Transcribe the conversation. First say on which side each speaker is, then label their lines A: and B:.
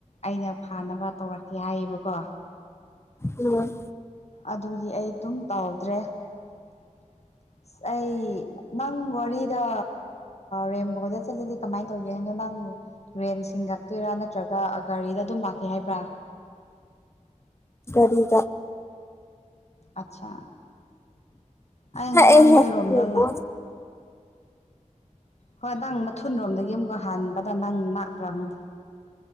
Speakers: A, on the left; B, on the left.
A: ꯑꯩꯅ ꯐꯥꯅꯕ ꯇꯧꯔꯛꯀꯦ ꯍꯥꯏꯌꯦꯕꯀꯣ
B: ꯎꯝ
A: ꯑꯗꯨꯒꯤ ꯑꯩ ꯑꯗꯨꯝ ꯇꯥꯎꯗ꯭ꯔꯦ ꯑꯁ ꯑꯩ ꯅꯪ ꯋꯥꯔꯤꯗ ꯔꯦꯝꯕꯣꯗ ꯆꯠꯂꯗꯤ ꯀꯃꯥꯏꯅ ꯇꯧꯒꯦ ꯍꯥꯏꯅꯣ ꯅꯪ ꯎ ꯔꯦꯟ ꯁꯤꯟꯒꯛꯇꯣꯏꯔꯥ ꯅꯠꯇ ꯅꯠꯇ꯭ꯔꯒ ꯒꯥꯔꯤꯗ ꯑꯗꯨꯝ ꯂꯥꯛꯀꯦ ꯍꯥꯏꯕ꯭ꯔꯥ
B: ꯀꯗ
A: ꯑꯆꯥ ꯑꯩ
B: ꯅꯛꯑꯦꯍꯦ
A: ꯉꯔꯥꯡ ꯅꯣꯏꯔꯣꯝꯗꯂꯥ
B: ꯌꯦꯡꯉꯣ
A: ꯍꯣꯏ ꯅꯪ ꯃꯊꯨꯟꯔꯣꯝꯗꯒꯤ ꯑꯃꯨꯛꯀ ꯍꯥꯟꯕꯗ ꯅꯪ ꯥꯛꯄ꯭ꯔꯥ ꯈꯪꯗꯦ